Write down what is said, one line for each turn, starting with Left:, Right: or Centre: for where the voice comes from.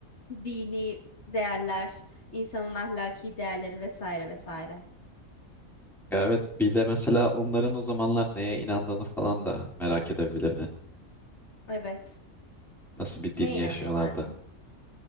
Left: dini değerler, insanın ahlaki değerleri vesaire vesaire.
Centre: Ya Evet. Bir de mesela onların o zamanlar neye inandığını falan da merak edebilirdin.
Left: Evet.
Centre: Nasıl bir din
Left: Neye
Centre: yaşıyorlardı.
Left: inanıyorlardı?